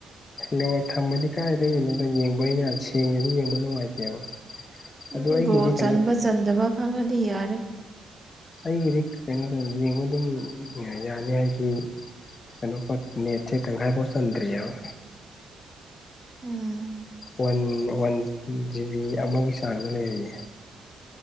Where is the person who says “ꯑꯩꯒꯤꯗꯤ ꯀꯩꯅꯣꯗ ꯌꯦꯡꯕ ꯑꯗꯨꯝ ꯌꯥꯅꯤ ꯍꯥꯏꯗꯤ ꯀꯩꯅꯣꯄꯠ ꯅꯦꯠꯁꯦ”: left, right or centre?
Left